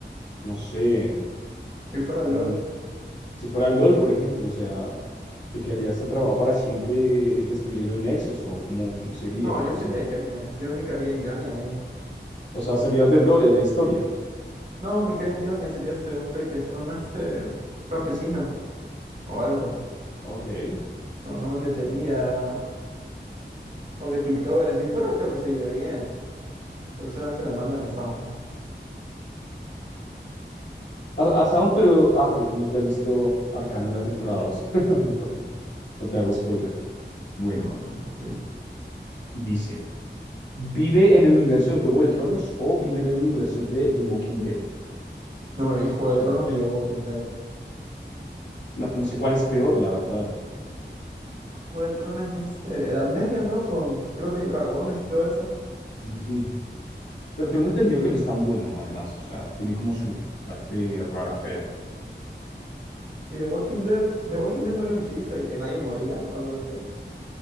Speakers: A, on the left; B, on the right.
A: no sé,
B: Si fuera LOL.
A: mm, si fuera LOL, por ejemplo, o sea, te quedarías atrapado para siempre destruyendo nexos o cómo, cómo sería,
B: No, yo
A: o,
B: sería
A: ser-
B: de Jonia. Yo me quedaría en Jonia ahí.
A: o sea, serías del lore de la historia.
B: No, me quedaría en Jonia. Sería este, un, gaipe- un, este, un campesino o algo.
A: Ok.
B: No, no me metería. O de Piltover. En Piltover creo que se vive bien. Pero solamente me mandan a Sound.
A: A, a Sound, pero. Ah, pero tú no te has visto Arcane en la temporada dos <laughs> Mejor no no te hago spoiler. Bueno,
B: No, no, no me vi.
A: dice: ¿Vive en el universo de Juego de Tronos o vive en el universo de The Walking Dead?
B: No me vi Juego de Tronos ni de Walking Dead.
A: No, no sé cuál es peor, la verdad.
B: Juego de Tronos es este, Edad Media, ¿no? Con, creo que hay dragones y todo eso.
A: Sí, sí, sí. Pero tengo entendido que no es tan bueno, además. O sea, tiene como su parte rara, fea.
B: Y de Walking Dead, de Walking Dead no había un chiste de que nadie moría o algo así.